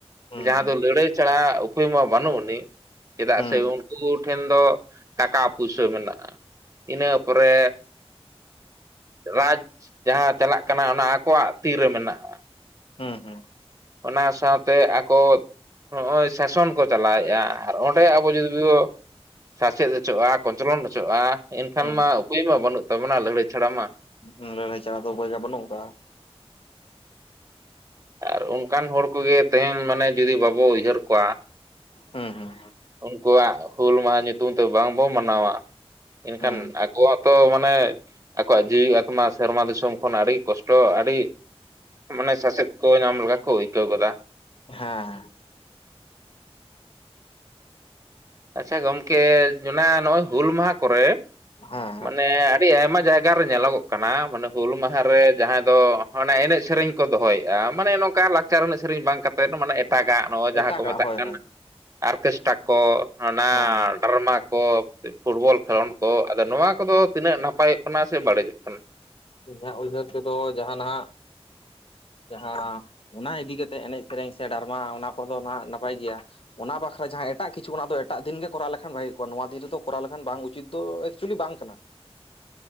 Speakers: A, on the left; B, on the right.
A: ᱦᱩᱸ
B: ᱡᱟᱦᱟᱸ
A: ᱦᱩᱸ
B: ᱫᱚ ᱞᱟᱹᱲᱦᱟᱹᱭ ᱪᱷᱟᱲᱟ ᱩᱯᱟᱹᱭ ᱢᱟ ᱵᱟᱹᱱᱩᱜ ᱟᱹᱱᱤᱡ ᱪᱮᱫᱟᱜ
A: ᱦᱩᱸ
B: ᱥᱮ ᱩᱱᱠᱩ ᱴᱷᱮᱱ ᱫᱚ ᱴᱟᱠᱟ ᱯᱩᱭᱥᱟᱹ ᱢᱮᱱᱟᱜᱼᱟ ᱤᱱᱟᱹ ᱯᱚᱨᱮ ᱨᱟᱡᱽ ᱡᱟᱦᱟᱸ ᱪᱟᱞᱟᱜ ᱠᱟᱱᱟ ᱚᱱᱟ ᱟᱠᱚᱣᱟᱜ ᱛᱤᱨᱮ ᱢᱮᱱᱟᱜᱼᱟ
A: ᱦᱮᱸ ᱦᱮᱸ
B: ᱚᱱᱟ ᱥᱟᱶᱛᱮ ᱟᱠᱚ ᱱᱚᱜᱼᱚᱭ ᱥᱟᱥᱚᱱ ᱠᱚ ᱪᱟᱞᱟᱣᱮᱫᱼᱟ ᱟᱨ ᱚᱸᱰᱮ ᱟᱵᱚ ᱡᱩᱫᱤ ᱵᱚ ᱥᱟᱥᱮᱛ ᱦᱚᱪᱚᱜᱼᱟ ᱠᱚᱧᱪᱞᱚᱱ ᱚᱪᱚᱜᱼᱟ ᱮᱱᱠᱷᱟᱱ
A: ᱦᱩᱸ
B: ᱢᱟ ᱩᱯᱟᱹᱭ ᱢᱟ ᱵᱟᱹᱱᱩᱜ ᱛᱟᱵᱚᱱᱟ ᱞᱟᱹᱲᱦᱟᱹᱭ ᱪᱷᱟᱲᱟ ᱢᱟ
A: ᱩᱸ ᱞᱟᱲᱦᱟᱭ ᱪᱷᱟᱲᱟ ᱫᱚ ᱩᱯᱟᱹᱭ ᱫᱚ ᱵᱟᱹᱱᱩᱜ ᱟᱠᱟᱜᱼᱟ᱾
B: ᱟᱨ ᱚᱱᱠᱟᱱ ᱦᱚᱲ ᱠᱚᱜᱮ ᱛᱮᱦᱮᱧ ᱢᱟᱱᱮ ᱡᱩᱫᱤ ᱵᱟᱵᱚ ᱩᱭᱦᱟᱹᱨ ᱠᱚᱣᱟ
A: ᱦᱩᱸ ᱦᱩᱸ
B: ᱩᱱᱠᱩᱣᱟᱜ ᱦᱩᱞ ᱢᱟᱦᱟ ᱧᱩᱛᱩᱢ ᱛᱮ ᱵᱟᱝ ᱵᱚ ᱢᱟᱱᱟᱣᱟ᱾ ᱮᱱᱠᱷᱟᱱ
A: ᱦᱩᱸ
B: ᱟᱠᱚᱣᱟᱜ ᱛᱚ ᱢᱟᱱᱮ ᱟᱠᱚᱣᱟᱜ ᱡᱤᱣᱤ ᱟᱛᱢᱟ ᱥᱮᱨᱢᱟ ᱫᱤᱥᱚᱢ ᱠᱷᱚᱱ ᱟᱹᱰᱤ ᱠᱚᱥᱴᱚ ᱟᱹᱰᱤ ᱢᱟᱱᱮ ᱥᱟᱥᱮᱛ ᱠᱚ ᱧᱟᱢ ᱞᱮᱠᱟ ᱠᱚ ᱟᱹᱭᱠᱟᱹᱣ ᱜᱚᱫᱟ᱾
A: ᱦᱮᱸ ᱦᱮᱸ
B: ᱟᱪᱪᱷᱟ ᱜᱚᱢᱠᱮ ᱚᱱᱟ ᱱᱚᱜᱼᱚᱭ ᱦᱩᱞ ᱢᱟᱦᱟ ᱠᱚᱨᱮ
A: ᱦᱮᱸ
B: ᱢᱟᱱᱮ ᱟᱹᱰᱤ ᱟᱭᱢᱟ ᱡᱟᱭᱜᱟ ᱨᱮ ᱧᱮᱞᱚᱜᱚᱜ ᱠᱟᱱᱟ ᱢᱟᱱᱮ ᱦᱩᱞ ᱢᱟᱦᱟ ᱨᱮ ᱡᱟᱦᱟᱸ ᱫᱚ᱾ ᱚᱱᱮ ᱮᱱᱮᱡ ᱥᱮᱨᱮᱧ ᱠᱚ ᱫᱚᱦᱚᱭᱮᱫᱼᱟ ᱢᱟᱱᱮ ᱱᱚᱝᱠᱟ ᱞᱟᱠᱪᱟᱨ ᱮᱱᱮᱡ ᱥᱮᱨᱮᱧ ᱵᱟᱝ ᱠᱟᱛᱮᱫ ᱢᱟᱱᱮ ᱮᱴᱟᱜᱟᱜ ᱱᱚᱜᱼᱚᱭ ᱡᱟᱦᱟᱸ
A: ᱮᱴᱟᱜᱟᱜ
B: ᱠᱚ ᱢᱮᱛᱟᱜ
A: ᱦᱳᱭ
B: ᱠᱟᱱᱟ
A: ᱦᱳᱭ ᱦᱮᱸ
B: ᱟᱨᱠᱮᱥᱴᱨᱟ ᱠᱚ, ᱚᱱᱟ
A: ᱦᱮᱸ
B: ᱰᱨᱟᱢᱟ ᱠᱚ ᱯᱷᱩᱴᱵᱚᱞ ᱠᱷᱮᱞᱳᱰ ᱠᱚ ᱟᱫᱚ ᱱᱚᱣᱟ ᱠᱚᱫᱚ ᱛᱤᱱᱟᱹᱜ ᱱᱟᱯᱟᱭᱚᱜ ᱠᱟᱱᱟ ᱥᱮ ᱵᱟᱹᱲᱤᱡᱚᱜ ᱠᱟᱱᱟ?
A: ᱤᱧᱟᱹᱜ ᱩᱭᱦᱟᱹᱨ ᱛᱮᱫᱚ ᱡᱟᱦᱱᱟᱜ ᱡᱟᱦᱟᱸ ᱚᱱᱟ ᱤᱫᱤ ᱠᱟᱛᱮ ᱮᱱᱮᱡ ᱥᱮᱨᱮᱧ ᱥᱮ ᱰᱨᱢᱟ ᱚᱱᱟ ᱠᱚᱫᱚ ᱱᱟᱦᱟᱜ ᱱᱟᱯᱟᱭ ᱜᱮᱭᱟ᱾ ᱚᱱᱟ ᱵᱟᱠᱷᱨᱟ ᱡᱟᱦᱟᱸ ᱮᱴᱟᱜ ᱠᱤᱪᱷᱩ ᱚᱱᱟ ᱫᱚ ᱮᱴᱟᱜ ᱫᱤᱱ ᱜᱮ ᱠᱚᱨᱟᱣ ᱞᱮᱠᱷᱟᱱ ᱵᱷᱟᱜᱮ ᱠᱚᱜᱼᱟ ᱱᱚᱣᱟ ᱫᱤᱱ ᱨᱮᱫᱚ ᱠᱚᱨᱟᱣ ᱞᱮᱠᱷᱟᱱ ᱵᱟᱝ ᱩᱪᱤᱛ ᱫᱚ ᱮᱠᱪᱩᱭᱮᱞᱤ ᱵᱟᱝ ᱠᱟᱱᱟ᱾